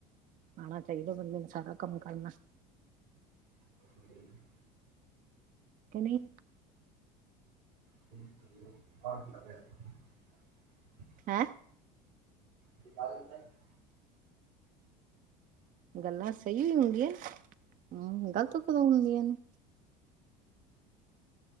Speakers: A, on the right; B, on the right.
A: ਆਣਾ ਚਾਹੀਦਾ ਬੰਦੇ ਨੂੰ ਸਾਰਾ ਕੰਮ ਕਰਨਾ।
B: ਹੂੰ,
A: ਕਿ ਨਹੀਂ?
B: ਕਰ <unintelligible>
A: ਹੈਂ?
B: ਕੀ ਚ <unintelligible>
A: ਗੱਲਾਂ ਸਹੀ ਹੀ ਹੁੰਦੀਆਂ ਨ ਹਮ ਗ਼ਲਤ ਕਦੋਂ ਹੁੰਦੀਆਂ ਨੇ।